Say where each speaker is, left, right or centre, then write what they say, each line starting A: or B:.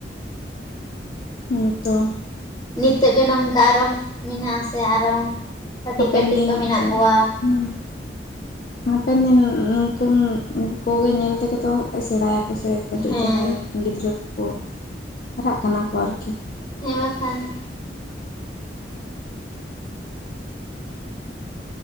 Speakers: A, on the left (about 50°); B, on the left (about 25°).
A: ᱱᱤᱛᱚᱜ,
B: ᱱᱤᱛᱚᱜ ᱜᱮ, ᱱᱚᱝᱠᱟ ᱾ ᱟᱨᱚ ᱢᱮᱱᱟᱜᱼᱟ, ᱥᱮ ᱟᱨᱚ, ᱠᱟᱹᱴᱤᱡ,
A: ᱦᱟᱯᱮᱱ
B: ᱠᱟᱹᱴᱤᱡ
A: ᱫᱤᱱ
B: ᱠᱚ,
A: ᱦᱟᱸᱜ
B: ᱢᱮᱱᱟᱜ
A: ᱠᱷᱟᱡ
B: ᱠᱚᱣᱟ ᱾
A: ᱦᱩᱸ ᱦᱟᱯᱮᱱ ᱫᱤᱱ, ᱱᱩᱝᱠᱟᱹᱱ ᱠᱚ ᱜᱮ, ᱧᱮᱞ ᱛᱮᱜᱮ ᱛᱚ, ᱥᱮᱬᱟ ᱭᱟᱠᱚ, ᱥᱮ ᱾ ᱠᱟᱹᱴᱤᱡ,
B: ᱦᱮᱸ
A: ᱡᱟᱦᱟᱸᱭ ᱜᱤᱫᱽᱨᱟᱹ ᱠᱚ, ᱠᱚ ᱦᱟᱨᱟᱜ ᱠᱟᱱᱟ ᱠᱚ, ᱟᱨᱠᱤ?
B: ᱦᱮᱸ! ᱢᱟᱠᱷᱟᱱ?